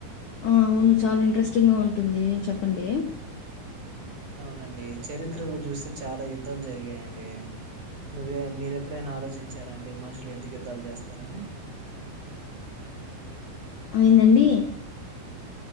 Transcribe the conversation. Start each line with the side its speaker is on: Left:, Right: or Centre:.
Left: ఆ అవున్ చాలా ఇంట్రెస్టింగ్ గా ఉంటుంది, చెప్పండి.
Right: అవునండి. చరిత్రలో చూస్తే చాలా యుద్ధాలు జరిగాయండి. నువ్వే, మీర్ ఎప్పుడైనా ఆలోచించ్ చార అండి. మనుషులు ఎందుకు యుద్ధాలు జేస్తారని.
Left: ఆ ఏందండి.